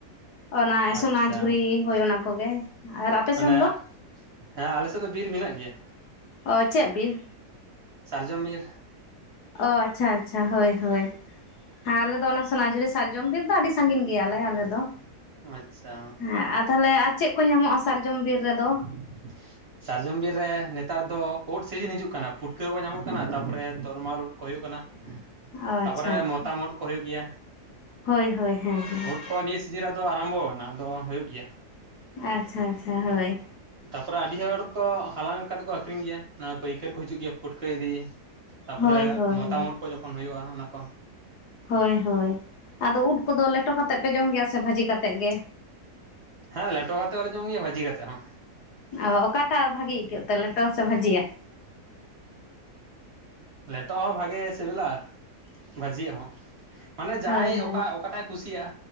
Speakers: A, on the left; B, on the right.
A: ᱚᱱᱟ ᱥᱚᱱᱟᱡᱷᱩᱨᱤ
B: ᱟᱪᱪᱷᱟ
A: ᱦᱳᱭ ᱚᱱᱟ ᱠᱚᱜᱮ᱾ ᱟᱨ ᱟᱯᱮ
B: ᱢᱟᱱᱮ
A: ᱥᱮᱱ ᱫᱚ
B: ᱦᱮᱸ ᱟᱞᱮᱥᱮᱫ ᱫᱚ ᱵᱤᱨ ᱢᱮᱱᱟᱜ ᱜᱮᱭᱟ᱾
A: ᱚ ᱪᱮᱫ ᱵᱤᱨ?
B: ᱥᱟᱨᱡᱚᱢ ᱵᱤᱨ᱾
A: ᱚ ᱟᱪᱪᱷᱟ ᱟᱪᱪᱷᱟ ᱦᱳᱭ ᱦᱳᱭ ᱦᱮᱸ ᱟᱞᱮ ᱫᱚ ᱚᱱᱟ ᱥᱚᱱᱟᱡᱷᱩᱨᱤ ᱥᱟᱨᱡᱚᱢ ᱵᱤᱨ ᱫᱚ ᱟᱹᱰᱤ ᱥᱟᱹᱜᱤᱧ ᱜᱮᱭᱟᱞᱮ ᱟᱞᱮ ᱫᱚ᱾
B: ᱟᱪᱪᱷᱟ
A: ᱦᱮᱸ ᱟᱨ ᱛᱟᱦᱚᱞᱮ ᱟᱨ ᱪᱮᱫ ᱠᱚ ᱧᱟᱢᱚᱜᱼᱟ ᱥᱟᱨᱡᱚᱢ ᱵᱤᱨ ᱨᱮᱫᱚ?
B: <inaudible> ᱥᱟᱨᱡᱚᱢ ᱵᱤᱨ ᱨᱮ ᱱᱮᱛᱟᱨ ᱫᱚ ᱩᱫ ᱥᱤᱡᱤᱱ ᱦᱤᱡᱩᱜ ᱠᱟᱱᱟ, ᱯᱷᱩᱴᱠᱟᱹ ᱠᱚ ᱧᱟᱢᱚᱜ ᱠᱟᱱᱟ ᱛᱟᱯᱚᱨᱮ ᱛᱚᱨᱢᱟᱞ ᱩᱫ ᱠᱚ ᱦᱩᱭᱩᱜ ᱠᱟᱱᱟ᱾
A: ᱚ
B: ᱛᱟᱯᱚᱨᱮ
A: ᱟᱪᱪᱷᱟ ᱟᱪᱪᱷᱟ
B: ᱢᱚᱛᱟᱢ ᱩᱫ ᱠᱚ ᱦᱩᱭᱩᱜ ᱜᱮᱭᱟ᱾
A: ᱦᱳᱭ ᱦᱳᱭ ᱦᱮᱸ ᱦᱮᱸ
B: ᱩᱫ ᱠᱚ ᱱᱤᱥ ᱥᱤᱡᱤᱨᱟᱜ ᱫᱚ ᱟᱨᱟᱢᱵᱷᱚ ᱠᱟᱱᱟ ᱟᱫᱚ ᱦᱩᱭᱩᱜ ᱜᱮᱭᱟ᱾
A: ᱟᱪᱪᱷᱟ ᱟᱪᱪᱷᱟ ᱦᱳᱭ
B: ᱛᱟᱯᱚᱨᱮ ᱟᱹᱰᱤ ᱦᱚᱲ ᱠᱚ ᱦᱟᱞᱟᱝ ᱠᱚ ᱠᱟᱛᱮᱜ ᱠᱚ ᱟᱠᱷᱨᱤᱧ ᱜᱮᱭᱟ ᱚᱣᱟ ᱯᱟᱹᱭᱠᱟᱹᱨ ᱠᱚ ᱦᱤᱡᱩᱜ ᱜᱮᱭᱟ ᱯᱩᱴᱠᱟᱹ ᱤᱫᱤ᱾ ᱛᱟᱯᱚᱨᱮ
A: ᱦᱳᱭ ᱦᱳᱭ
B: ᱢᱚᱛᱟᱢ
A: ᱦᱳᱭ
B: ᱩᱫ ᱠᱚ ᱡᱚᱠᱷᱚᱱ ᱦᱩᱭᱩᱜᱼᱟ ᱚᱱᱟ ᱠᱚ᱾
A: ᱦᱳᱭ ᱦᱳᱭ ᱟᱫᱚ ᱩᱫ ᱠᱚᱫᱚ ᱞᱮᱴᱚ ᱠᱟᱛᱮᱜ ᱯᱮ ᱡᱚᱢ ᱜᱮᱭᱟ, ᱥᱮ ᱵᱷᱟᱹᱡᱤ ᱠᱟᱛᱮᱜ ᱜᱮ?
B: ᱦᱮᱸ ᱞᱮᱴᱚ ᱠᱟᱛᱮᱜ ᱦᱚᱸ ᱞᱮ ᱡᱚᱢ ᱜᱮᱭᱟ ᱵᱷᱟᱹᱤ ᱠᱟᱛᱮᱜ ᱦᱚᱸ᱾
A: ᱚ ᱚᱠᱟᱴᱟᱜ ᱵᱷᱟᱜᱤ ᱟᱹᱭᱠᱟᱹᱜ ᱛᱮ ᱞᱮᱴᱚ ᱥᱮ ᱵᱷᱟᱹᱡᱤᱭᱟᱜ?
B: ᱞᱮᱴᱚᱣᱟᱜ ᱦᱚᱸ ᱵᱷᱟᱜᱮ ᱥᱤᱵᱤᱞᱟ ᱵᱷᱟᱹᱡᱤᱭᱟᱜ ᱦᱚᱸ ᱢᱟᱱᱮ ᱡᱟᱭ
A: ᱦᱳᱭ ᱦᱳᱭ
B: ᱚᱠᱟ ᱚᱠᱟᱴᱟᱭ ᱠᱩᱥᱤᱭᱟᱜᱼᱟ᱾